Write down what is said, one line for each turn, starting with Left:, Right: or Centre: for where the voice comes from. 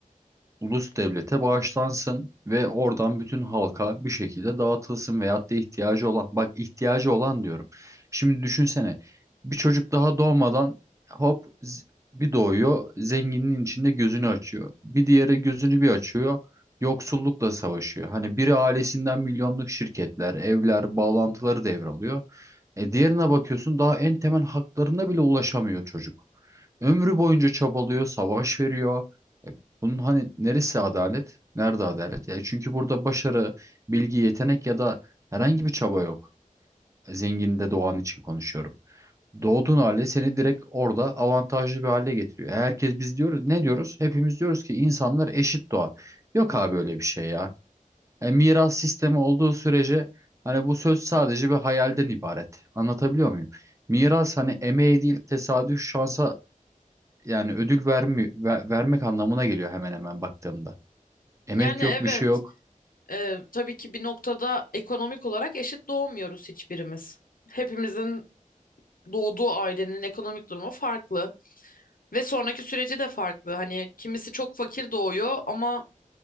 Right: ulus devlete bağışlansın ve oradan bütün halka bir şekilde dağıtılsın veyahut da ihtiyacı olan bak ihtiyacı olan diyorum. Şimdi düşünsene bir çocuk daha doğmadan hop z- bir doğuyor zenginin içinde gözünü açıyor. Bir diğeri gözünü bir açıyor yoksullukla savaşıyor. Hani biri ailesinden milyonluk şirketler, evler, bağlantıları devralıyor. E diğerine bakıyorsun daha en temel haklarına bile ulaşamıyor çocuk. Ömrü boyunca çabalıyor, savaş veriyor. E, bunun hani neresi adalet? Nerede adalet? Ya çünkü burada başarı, bilgi, yetenek ya da herhangi bir çaba yok. Zenginde doğan için konuşuyorum. Doğduğun hali seni direkt orada avantajlı bir hale getiriyor. E, Herkes biz diyoruz, ne diyoruz? Hepimiz diyoruz ki insanlar eşit doğar. Yok abi öyle bir şey ya. E, miras sistemi olduğu sürece hani bu söz sadece bir hayalden ibaret. Anlatabiliyor muyum? Miras hani emeğe değil tesadüf şansa yani ödül vermi, ver- vermek anlamına geliyor hemen hemen baktığımda. Emek
Left: Yani evet.
Right: yok, bir şey yok.
Left: Ee, tabii ki bir noktada ekonomik olarak eşit doğmuyoruz hiçbirimiz. Hepimizin doğduğu ailenin ekonomik durumu farklı ve sonraki süreci de farklı. Hani kimisi çok fakir doğuyor ama